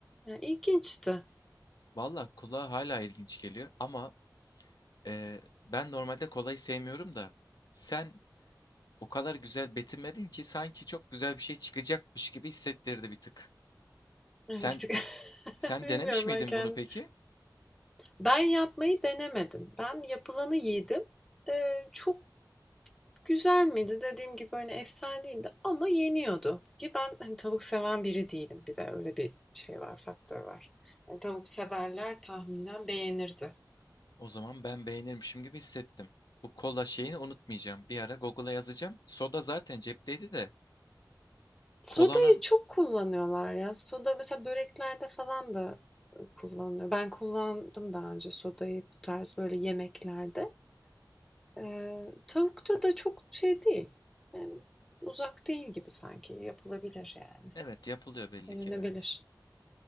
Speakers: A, in the centre; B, on the left (about 65°).
A: Ya, ilginçti.
B: Valla kola hala ilginç geliyor ama e, ben normalde kolayı sevmiyorum da sen o kadar güzel betimledin ki sanki çok güzel bir şey çıkacakmış gibi hissettirdi bir tık.
A: Yani
B: Sen
A: bir tık <laughs>
B: sen
A: bilmiyorum
B: denemiş miydin
A: ben kendim
B: bunu peki?
A: Ben yapmayı denemedim. Ben yapılanı yedim. Eee, çok Güzel miydi? Dediğim gibi, hani, efsane değildi ama yeniyordu ki ben, hani, tavuk seven biri değilim. Bir de öyle bir şey var, faktör var. Hani, tavuk severler tahminen beğenirdi.
B: O zaman ben beğenirmişim gibi hissettim. Bu kola şeyini unutmayacağım. Bir ara Google'a yazacağım. Soda zaten cepteydi de.
A: Sodayı
B: Kolanın
A: çok kullanıyorlar ya. Soda mesela böreklerde falan da, ııı, kullanılıyor. Ben kullandım daha önce sodayı bu tarz böyle yemeklerde. Eee, tavukta da çok şey değil, yani, uzak değil gibi sanki. Yapılabilir yani,
B: evet yapılıyor belli
A: denenebilir.
B: ki evet.